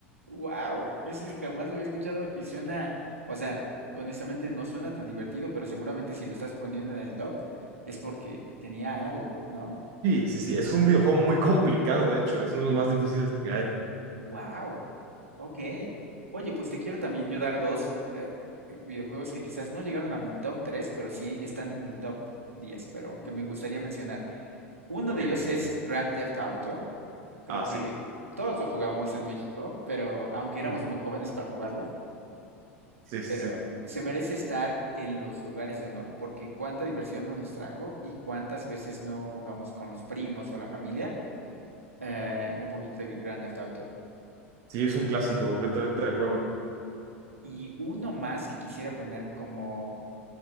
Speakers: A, on the right; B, on the right.
A: Wow, ese jamás lo había escuchado y suena, o sea, honestamente no suena tan divertido, pero seguramente si lo estás poniendo en el top es porque tenía algo, ¿no?
B: Sí, sí, sí, es un videojuego muy complicado, de hecho, es uno de los más difíciles que hay.
A: Wow, ok. Oye, pues te quiero también yo dar dos eh, eh, videojuegos que quizás no llegaron a mi top 3, pero sí están en mi top 10, pero que me gustaría mencionar. Uno
B: Ok,
A: de ellos es Grand Theft Auto. Creo
B: ah,
A: que
B: sí.
A: todos lo jugamos en México, pero aunque éramos
B: Mm.
A: muy jóvenes para jugarlo,
B: Sí, sí,
A: pero
B: sí.
A: se merece estar en los lugares de honor, porque cuánta diversión no nos trajo y cuántas veces no jugamos con los primos o la familia eh, un poquito de Grand Theft Auto.
B: Sí, es un clásico, completamente de acuerdo.
A: Y uno más que quisiera poner como